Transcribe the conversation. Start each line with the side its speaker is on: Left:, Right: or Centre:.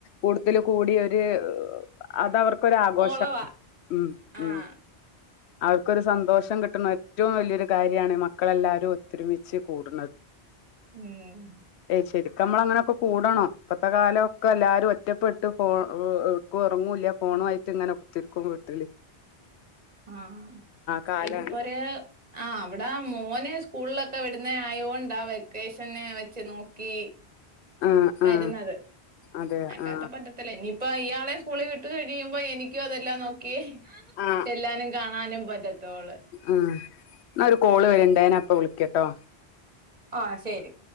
Left: കൂട്ത്തില് കൂടിയൊര് അത് അവർക്കൊര് ആഘോഷാണ്
Right: ഓളവാ
Left: ഉം ഉം
Right: ആഹ്
Left: അവർക്കൊരു സന്തോഷം കിട്ട്ണ ഏറ്റവും വല്യൊരു കാര്യാണ് മക്കളെല്ലാരും ഒത്തൊരുമിച്ച് കൂട്ണത്
Right: ഉം ഹും ഹും
Left: എഹ് ശരിക്കും അമ്മളങ്ങനെ ഒക്കെ കൂടണം ഇപ്പത്തെ കാലൊക്കെ എല്ലാരും ഒറ്റപ്പെട്ട് പോ ഓഹ് ഇഹ് എവ് ക്കു എറങ്ങുല്ല ഫോണുആയിറ്റ് ഇങ്ങനെ കുത്തിരിക്കും വീട്ട്ല്
Right: ആഹ്
Left: കാലാണ്
Right: ഇതിപ്പ ഒര് ആഹ് വ്ടെ മോന് സ്കൂളിലൊക്കെ വിടുന്നെ ആയോ ണ്ടാ വെക്കേഷന് വെച്ച് നോക്കി
Left: ആ ആ
Right: വരുന്നത്
Left: അതെ
Right: അല്ലാത്ത
Left: ആ
Right: പ്പറ്റത്തില്ല ഇനിയിപ്പോ ഇയാളെ സ്കൂളി വിട്ട് കഴിയുമ്പോ എനിക്കും അതെല്ലാം നോക്കിയേ
Left: ആ
Right: ചെല്ലാനും കാണാനും പറ്റത്തോള്ള്
Left: ആഹ് ന്നാ ഒരു കോള് വെര്ണ്ടേ നാ പ്പ വിളിക്ക്യട്ടോ
Right: ആഹ് ശരി